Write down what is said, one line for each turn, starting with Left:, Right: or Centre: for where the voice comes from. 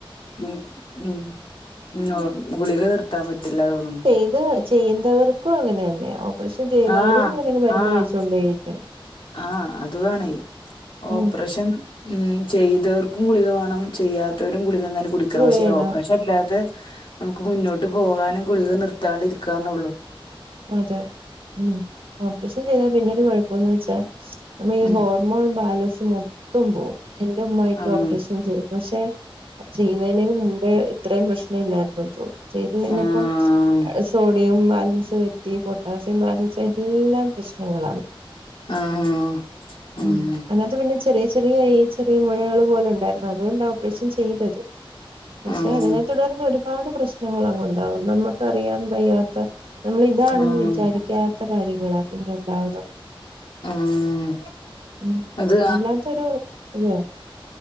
Left: ഉം ഉം ഉം ഉറക്ക ഗുളിക നിർത്താൻ പറ്റില്ലാന്ന് തോന്നുന്നു.
Right: ഇത്. ചെയ്യുന്നവർക്കും അങ്ങനെ തന്നെയ ഓപ്പറേഷൻ ചെയ്തവരും
Left: ആഹ്
Right: അങ്ങനെ മരുന്ന്
Left: ആഹ്
Right: കഴിച്ചോണ്ടേയിരിക്കണം.
Left: ആഹ് അത് വേണയ് ഓപ്പറേഷൻ.
Right: ഉം
Left: ഉം ചെയ്തവർക്കും ഗുളിക വേണം ചെയ്യാത്തവരും ഗുളികന്നാലും. കുടിക്കണം
Right: ഗുളികയാണ്
Left: പക്ഷെ ഓപ്പറേഷൻ ഇല്ലാതെ നമുക്ക് മുന്നോട്ട് പോകാന് ഗുളിക നിർത്താണ്ടിരിക്കാന്നൊള്ളു.
Right: അതെ ഉം ഓപ്പറേഷൻ ചെയ്താ പിന്നൊരു കുഴപ്പന്ന് വെച്ചാ നമ്മളെ ഈ
Left: ഉം
Right: ഹോ ർമോൺ ബാലൻസ് മൊത്തം പോകും എന്റെ ഉമ്മായ്ക്ക്
Left: ആഹ്
Right: ഓപ്പറേഷ ൻ ചെയ്യുന്നു പക്ഷെ ചെയ്യുന്നതിന് മുമ്പേ ഇത്രയും പ്രശ്നല്ലായിരുന്നന്ന് തോന്നുന്നു. ചെയ്ത് കഴിഞ്ഞപ്പം
Left: ആഹ്
Right: അ സോഡിയം ബാലൻസ് തെറ്റി പൊ ട്ടാസ്യം ബാലൻസ് എല്ലാം പ്രശ്നങ്ങളാണ്.
Left: ആഹ് ആഹ്
Right: ഉം അങ്ങനത്തെ പിന്നെ. ചെറിയ ചെറിയ ഈ ചെറിയ മുഴകൾ പോലെ ഉണ്ടായിരുന്നു അതുകൊണ്ടാ ഓപ്പറേഷൻ ചെയ്തത്. പക്ഷെ
Left: ആഹ്
Right: അതിനെ തുടർന്ന് ഒരുപാട് പ്രശ്നങ്ങൾ അങ്ങ് ഉണ്ടാവും നമ്മക്ക് അറിയാൻ വയ്യാത്ത നമ്മൾ താണെന്ന്
Left: ആഹ്
Right: വിചാരിക്കാത്ത കാര്യങ്ങളാ. പിന്നെ ഉണ്ടാവുന്നത്
Left: ആഹ്
Right: ഉം
Left: അത്
Right: വല്ലാത്തൊരു ഉവ്വോ